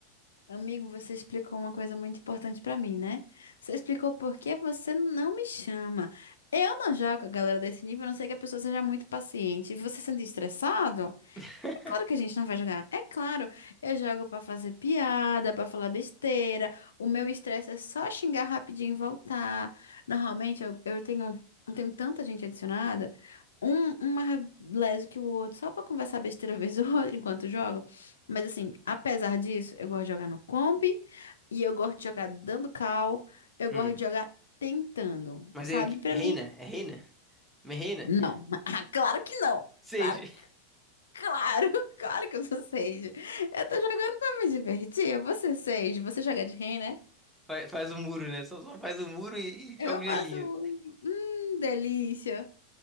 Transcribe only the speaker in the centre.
<laughs>
Hum.
Mas
aí, o que-
reina,
é reina? Me reina?
<laughs>
Seja.
Fa- Faz o muro, né? Só, só faz o muro e, e joga
o gelinho.